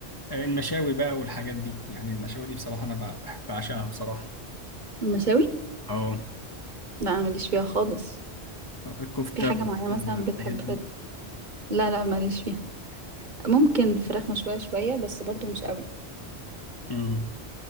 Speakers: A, on the left; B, on the right.
A: المشاوي بقى والحاجات دي يعني المشاوي دي بصراحة أنا بع- بحب بعشقها بصراحة
B: المشاوي
A: اه
B: لا أنا ماليش فيها خالص
A: الكفتة
B: في حاجة معينة
A: والحاجات
B: مثلا بتحب ت-
A: دي
B: لا لا ماليش فيها ممكن فراخ مشوية شوية بس برضو مش قوي
A: امم